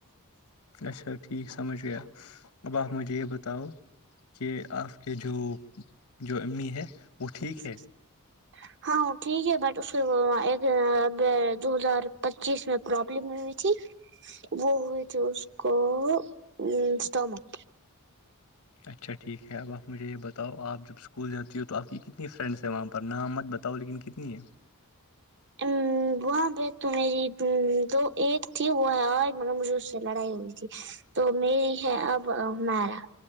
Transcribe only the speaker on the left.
اچھا ٹھیک سمجھ گیاب آ مجے یہ ب تؤ کہ آپ کے جو جو امی ہے وہ ٹھیک
ہے
اچھا ٹھیک ہے اب آپ مجھے یہ بتاؤ آپ جب اسکول جاتی ہو تو آپ کی کتنی فرینڈس وہاں پر نام مت بتاؤ لیکن کتنی ہے